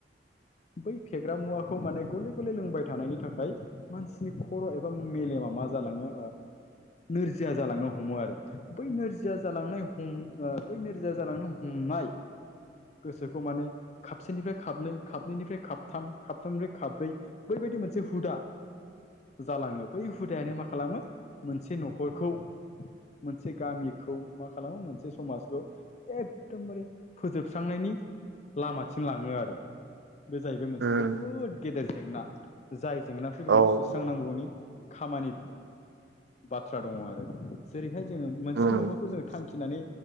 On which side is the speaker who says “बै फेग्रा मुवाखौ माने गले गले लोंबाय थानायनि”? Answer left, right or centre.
Left